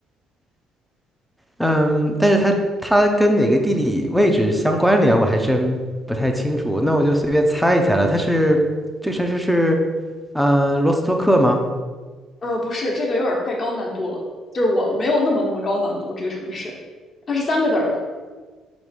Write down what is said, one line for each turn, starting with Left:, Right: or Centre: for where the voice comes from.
Centre: 嗯，但是它它跟哪个地理位置相关联，我还真不太清楚，那我就随便猜一猜了，它是这个城市是嗯、呃罗斯托克吗？
Left: 呃，不是，这个有点儿太高难度了，就是我没有那么那么高难度。这个城市，它是三个字儿的，